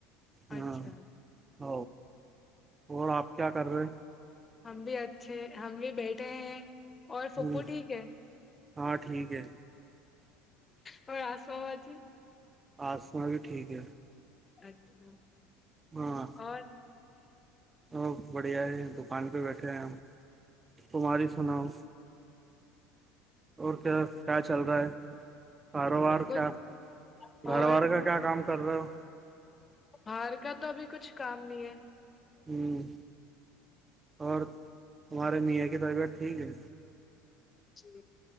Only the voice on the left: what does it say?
اچھا
ہم بھی اچھے ہم بھی بیٹھے ہیں اور پوپو
ٹھیک ہے
اور آسو بجی
اچھا
اور
کچھ
اور
باہر کا تو ابھی کچھ کام نہیں ہے
جی